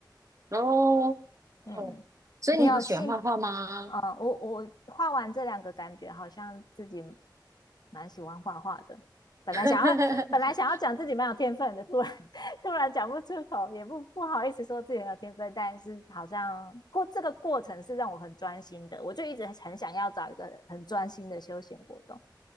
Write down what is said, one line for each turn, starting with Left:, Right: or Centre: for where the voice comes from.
Right: 哦哦，
Left: 嗯，
Right: 所以你很喜欢画画吗？
Left: 你有兴，嗯，我我画完这两个，感觉好像自己蛮喜欢画画的。本来想要，
Right: <laughs>
Left: 本来想要讲自己蛮有天分的，突然 <laughs> 突然讲不出口，也不不好意思说自己很有天分，但是好像过这个过程是让我很专心的，我就一直很想要找一个很专心的休闲活动。